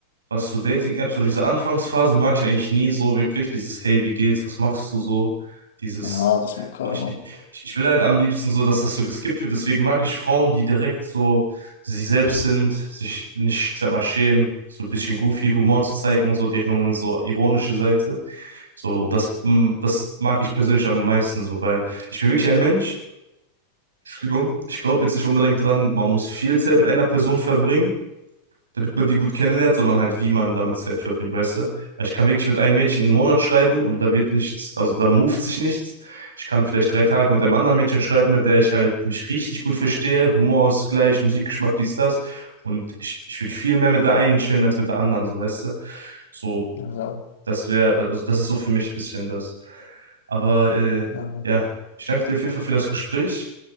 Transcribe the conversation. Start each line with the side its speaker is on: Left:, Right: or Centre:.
Right: was so Dating-Apps oder diese Anfangsphase mag ich eigentlich nie so wirklich. Dieses Hey, wie geht's, was machst du so? Dieses,
Left: Ja, das mag keiner.
Right: ich, ich, ich will halt am liebsten so, dass das so geskippt wird. Deswegen mag ich Frauen, die direkt so sie selbst sind, sich nicht, ich sag mal, schämen, so ein bisschen goofy Humor zu zeigen und so, deren so ironische Seite. So, das, mm, das mag ich persönlich am meisten so, weil ich bin wirklich ein Mensch. Entschuldigung, ich glaube jetzt nicht unbedingt dran, man muss viel Zeit mit einer Person verbringen damit man die gut kennenlernt, sondern halt, wie man damit Zeit verbringt, weißt du? Weil Ich kann wirklich mit einem Mädchen einen Monat schreiben und da wird nichts, also da moved sich nichts. Ich kann vielleicht drei Tage mit einem anderen Mädchen schreiben, mit der ich halt mich richtig gut verstehe, Humor ist gleich, Musikgeschmack, dies, das. Und ich, ich würde viel mehr mit der einen chillen als mit der anderen, so weißt du? So,
Left: Ja, ja,
Right: das wäre, also das ist so für mich ein bisschen das. Aber äh,
Left: ja,
Right: ja, ich danke dir auf jeden Fall für das Gespräch.